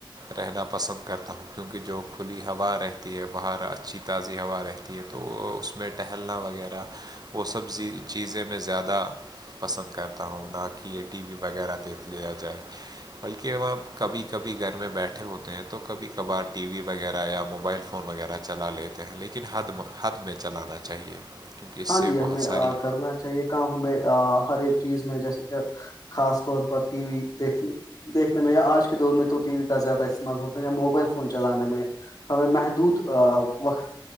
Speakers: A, on the right (about 50°); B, on the left (about 45°).
A: رہنا پسند کرتا ہوں کیونکہ جو کھلی ہوا رہتی ہے باہر اچھی تازی ہوا رہتی تی ہے تو اس میں ٹہلنا وغیرہ وہ سبزی چیزیں میں زیادہ پسند کرتا ہوں نہ کہ یہ ٹی وی وغیرہ دیکھ لیا جائے بلکہبپ کبھی کبھی گھر میں بیٹھے ہوتے ہیں تو کبھی کبھار ٹی وی وغیرہ یا موبائل فون وغیرہ چلا لیتے ہیں لیکن حد حد میں چلانا چاہیے کیونکہ اس
B: ہاں
A: سے
B: جی ہمیں
A: بہت ساری
B: کرنا چاہیے کام ہمیں ہر ایک چیز میں جیسے کہ خاص طور پر ٹی وی دیکھنے دیکھنے میں یا آج کے دور میں تو ٹی وی کا زیادہ استعمال ہوتا ہے یا موبائل فون چلانے میں ہمیں محدود وقت